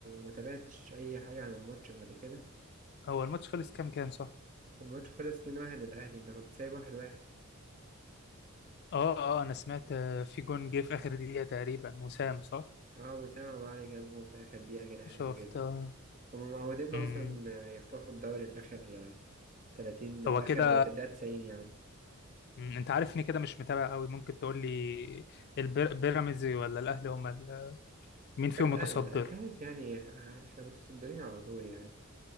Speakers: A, on the right; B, on the left.
A: ما تابعتش اي حاجه عن الماتش بعد كده
B: هو الماتش خلص كام كام صح
A: الماتش خلص 2-1 للاهلي انت كنت سايب واحد واحد
B: اه اه انا سمعت آه، في جون جه في اخر دقيقه تقريبا وسام صح
A: اه بس انا معلي جنبهم في اخر دقيقه كده حلو
B: شفت
A: جدا
B: آه.
A: هما معوديننا
B: امم
A: اصلا آه، يخطفوا الدوري في اخر آه، 30
B: هو
A: في
B: كده
A: اخر في الدقيقه 90 يعني
B: مم، انت عارفني كده مش متابع قوي ممكن تقول لي البير- بيراميدز ولا الاهلي هم ال... مين فيهم
A: الاهلي
B: متصدر
A: لا انت عارف يعني آه، احنا متصدرين على طول يعني